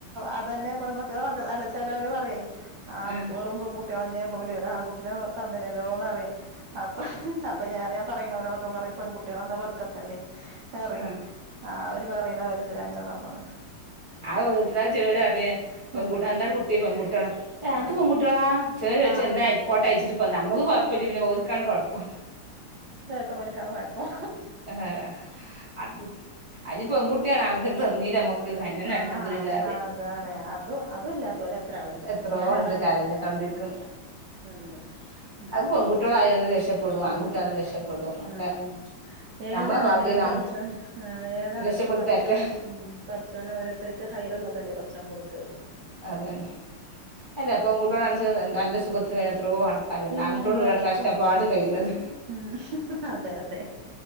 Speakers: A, on the right; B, on the left.
A: അതന്നെ <unintelligible> അല്ല ചേലോല് പറയേ ആ അണക്ക്
B: ആഹ്
A: വെറും പെൺകു ട്ട്ട്യാളെന്നെ ഉള്ളൂലേ ഒര് ആൺകുട്ടിനെ തന്നില്ലല്ലോന്ന്റിയും അപ്പൊ അപ്പൊ ഞാൻ പറയാ പറയണോരൊടൊക്കെ പറയും പെൺകുട്ട്യാളെന്താ ബർക്കത്തല്ലേന്നറിം
B: ആഹ്
A: ആ ഒര് പറയണ കാര്യത്തില് അങ്ങനെ പറഞ്ഞതാ
B: അഹ് വീട്ട് കരാ ചേലോല് പരിം പെൺകുട്ട്
A: ആഹ്
B: എന്താണ് കുട്ടി പെൺകുട്ട്യാളാ ഏഹ് അൻക്ക്
A: ആഹ്
B: പെൺകുട്ട്യാളാ ചേല് ചോയ്ച്ചും
A: ആഹ്
B: എന്താ ആയ്ക്കോട്ടെ അയ്ച്ച്ട്ട് ഇപ്പോന്താ നമ്മക്ക് കൊയ്പ്പല്ല പിന്നെ ഓൽക്കാണ് കൊയപ്പം
A: വ്ക്ക്ണോല്ക്കാണ് കൊയപ്പം.
B: ആഹ് അത് അഹ്ഞ്ഞ് പെങ്കുട്ട്യാണ് ആങ്കുട്ട്യാ ഒന്ന് തന്നീലമ്മക്ക്
A: ഉം
B: അയന്നെ- ഞാന്
A: ആഹ്
B: അൽഹമ്ദുലില്ലാഹ്
A: അതാണ് അതും അതും ഇല്ലാത്തോര് എത്ര ആളുണ്ട്
B: എത്രോ
A: ഞാനതാ
B: ഇണ്ട് കരഞ്ഞുകൊണ്ടിരിക്ക്-
A: ചിന്തിക്ക ഉം അതെ ഉം
B: പെൺകുട്ടികളായോല് രക്ഷപ്പെടും ആൺകുട്ടിയാലും
A: ആഹ്
B: രക്ഷപ്പെടും ഒക്കെ
A: ആഹ് ആഹ് ഏതാണെങ്കിലും
B: നമ്മളെ ഭാഗ്യം നം
A: പടച്ചോൻ ആഹ് ഏതാണെങ്കിലും
B: രക്ഷപ്പെടുത്തട്ടെ
A: പടച്ചോന് ഉംഹ്. പടച്ചോന് ഓരോരുത്തർക്ക് ഹയർള്ളതല്ലേ പടച്ചോം കൊട്-
B: അതാണ് അല്ല പെങ്കുട്ട്യാളാണ്ച്ച് നല്ല സുഖത്തില് കഴിയ്ണ എത്രോ ആള്- അതെ
A: പിന്നെന്താ
B: ആങ്കുട്ട്യോള്ല്ലോലാണ്
A: ഇഷ്ടം
B: കഷ്ടപ്പാട്
A: പോലെ
B: കയ്യ്‌ണത്.
A: ഉം അതെ അതെ